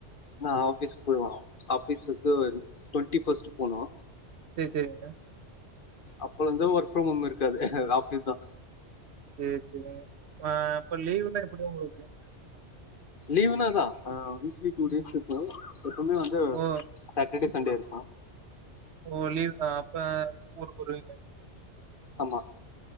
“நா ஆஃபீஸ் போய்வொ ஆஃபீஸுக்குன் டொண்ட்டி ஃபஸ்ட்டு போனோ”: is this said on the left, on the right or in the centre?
Left